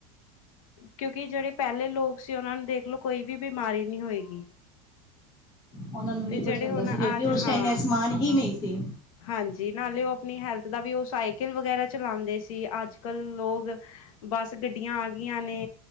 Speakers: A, on the left (about 80°); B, on the left (about 25°).
A: ਕਿਉਂਕਿ ਜਿਹੜੇ ਪਹਿਲੇ ਲੋਕ ਸੀ ਉਹਨਾਂ ਨੂੰ ਦੇਖ ਲਓ ਕੋਈ ਵੀ ਬਿਮਾਰੀ ਨਹੀਂ ਹੋਏਗੀ
B: ਉਹਨਾਂ ਨੂੰ
A: ਤੇ
B: ਨਹੀਂ
A: ਜਿਹੜੇ
B: ਕੁਛ ਹੁੰਦਾ
A: ਹੁਣ
B: ਸੀ ਕਿਉਂਕਿ
A: ਅੱਜ
B: ਉਸ
A: ਹਾਂ
B: ਟਾਈਮ ਇਹ ਸਮਾਨ ਹੀ ਨਹੀਂ ਸੀ
A: ਹਾਂਜੀ ਨਾਲੇ ਓ ਆਪਨੀ ਹੈਲਥ ਦਾ ਵੀ ਓ ਸਾਈ ਸਾਈਕਲ ਵਗੈਰਾ ਚਲਾਦੇ ਸੀ ਅੱਜ-ਕੱਲ ਲੋਕ, ਬੱਸ ਗੱਡੀਆਂ ਆ ਗਈਆਂ ਨੇ